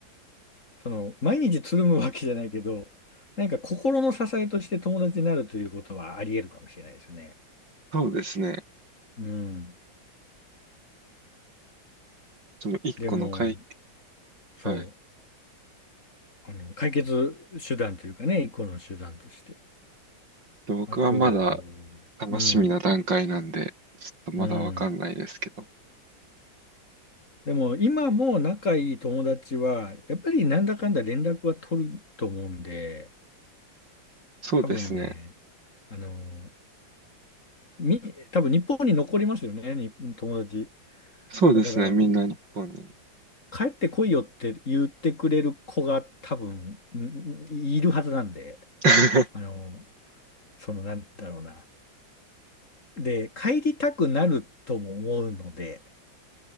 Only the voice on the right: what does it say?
そうですね。
その一個の解、
はい。
僕はまだ
楽しみな段階なんで、
ちょっとまだわかんないですけど。
そうですね。
そうですね。
みんな日本に。
<laughs>